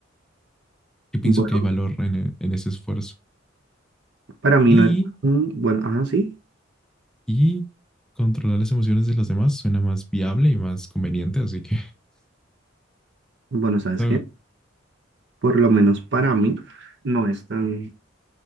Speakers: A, in the centre; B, on the right.
A: Yo pienso
B: Bueno,
A: que hay valor en, e- en ese esfuerzo.
B: para mí
A: Y,
B: no es tan... Bueno, ajá, sí.
A: y controlar las emociones de los demás suena más viable y más conveniente, así que, <laughs>
B: Bueno, ¿sabes
A: ¿sabes?
B: qué? Por lo menos para mí no es tan